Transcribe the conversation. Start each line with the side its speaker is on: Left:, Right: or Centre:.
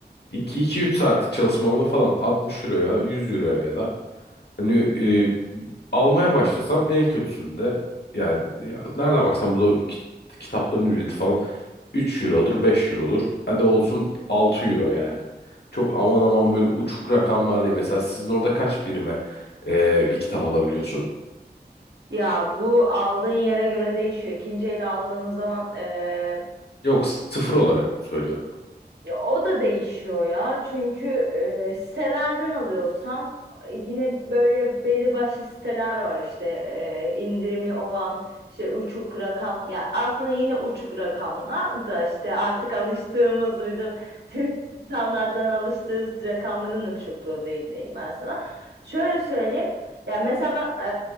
Left: iki 2 3 saatlik çalışmamla falan 60 euroya 100 euroya ya da Hani e, almaya başlasam en kötüsünde yani ya, nereden baksan burada ki- kitapların ücreti falan 3 eurodur 5 eurodur. Hadi olsun 6 euro yani. Çok aman aman böyle uçuk rakamlar değil. Mesela sizin orada kaç birime e, bir kitap alabiliyorsun?
Right: Ya bu aldığın yere göre değişiyor. İkinci el aldığınız zaman eee,
Left: Yok sıfır olarak söylüyorum.
Right: ya o da değişiyor ya. Çünkü e, sitelerden alıyorsan e, yine böyle belli başlı siteler var işte e, indirimi olan işte uçuk rakam ya aslında yine uçuk rakamlar da işte artık alıştığımız bizim <laughs> Türk standarttan alıştığımız rakamların uçukluğu değil diyeyim ben sana. Şöyle söyleyeyim. Ya mesela ben